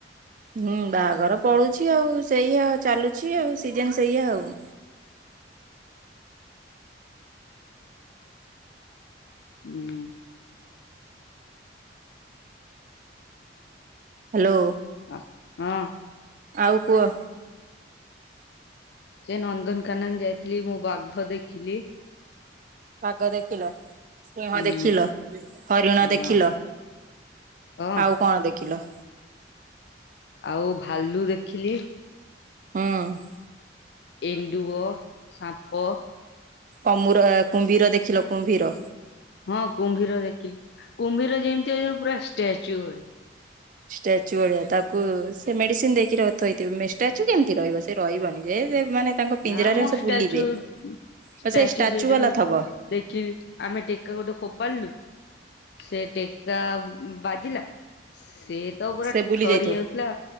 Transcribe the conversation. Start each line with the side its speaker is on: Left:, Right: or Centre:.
Right: ହୁଁ ବାହାଘର ପଡୁଛି ଆଉ ସେଇଆ ଚାଲୁଛି ଆଉ ସିଜନ ସେଇଆ ଆଉ। <inaudible>
Left: ହୁଁ।
Right: ହ୍ୟାଲୋ।
Left: ଅ ହଁ।
Right: ଆଉ କୁହ।
Left: ସେ ନନ୍ଦନକାନନ ଯାଇଥିଲି ମୁଁ ବାଘ ଦେଖିଲି।
Right: ବାଗ ଦେଖିଲ? ସିଂହ
Left: ହୁଁ
Right: ଦେଖିଲ ହରିଣ
Left: ହଁ
Right: ଦେଖିଲ
Left: ହଁ
Right: ଆଉ କଣ ଦେ ଖିଲ।
Left: ଆଉ ଭାଲୁ ଦେଖିଲି।
Right: ହୁଁ।
Left: ଏଣ୍ଡୁଅ, ସାପ।
Right: ଅମୁର କୁମ୍ଭୀର ଦେଖିଲ କୁମ୍ଭୀର?
Left: ହଁ କୁମ୍ଭୀର ଦେଖିଲି କୁମ୍ଭୀର ଯେମତି ଅ ପୁରା ଷ୍ଟେଚୁ ଭଳି।
Right: ଷ୍ଟାଚୁ ଭଳିଆ ତାକୁ ସେ ମେଡ଼ିସିନ୍ ଦେଇକିଥୋଇଥିବେ ଷ୍ଟାଚୁ କେମିତି ରହିବ ସେ ରହିବନି ଯେ ମାନେ ତାଙ୍କ ପିଞ୍ଜରାରେ
Left: ନା ମ
Right: ସେ
Left: ଷ୍ଟାଚୁ
Right: ବୁଲିବେ।
Left: ଷ୍ଟାଚୁ
Right: ଆଉ ସେଇ
Left: ସେଇଟା
Right: ବାଲା
Left: ନୁହେଁ।
Right: ଥବ
Left: ଦେଖିଲି ଆମେ ଟେକା ଗୋଟେ ଫୋପାଡ଼ିଲୁ ସେ ଟେକା ବାଜିଲା? ସେ ତ ପୁରା
Right: ସେ ବୁଲି
Left: ଥରି
Right: ଯାଇଥିବ
Left: ଯାଉଥିଲା